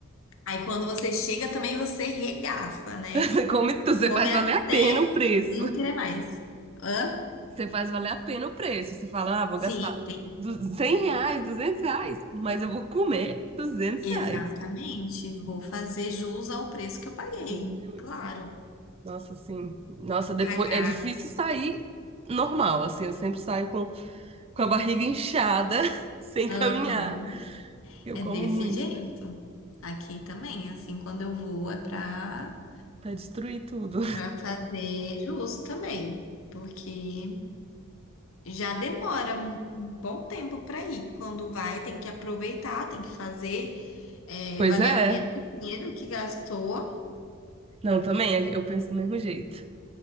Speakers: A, on the left; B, on the right.
A: Aí quando você chega também você regaça, né?
B: <laughs> você come tudo, você
A: Come
B: faz
A: até
B: valer a pena o preço.
A: não querer mais. Hã?
B: Você faz valer a pena o preço. Você fala, ah, vou
A: Sim,
B: gastar
A: tem.
B: du- 100, reais, 200, reais, mas eu vou comer 200
A: Exatamente.
B: reais.
A: Vou fazer jus ao preço que eu paguei.
B: Mas é justo.
A: Claro.
B: Nossa, assim, nossa, depois
A: Pagar.
B: é difícil sair normal, assim, eu sempre saio com, com a barriga inchada, <laughs> sem
A: Aham.
B: caminhar. Eu
A: É
B: como
A: desse
B: muito,
A: jeito. Aqui também, assim, quando eu vou é pra
B: pra destruir tudo.
A: Pra fazer justo também, porque já demora um um bom tempo para ir. Quando vai, tem que aproveitar, tem que fazer eh,
B: Pois
A: valer
B: é.
A: a pena o dinheiro que gastou.
B: Não, também, eu penso do mesmo jeito.